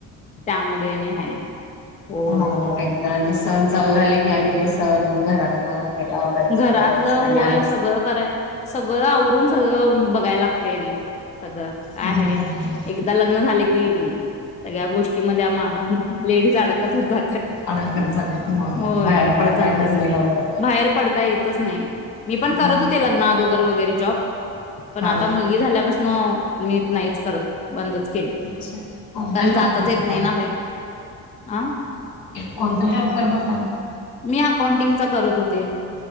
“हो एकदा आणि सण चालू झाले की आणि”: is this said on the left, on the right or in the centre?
Left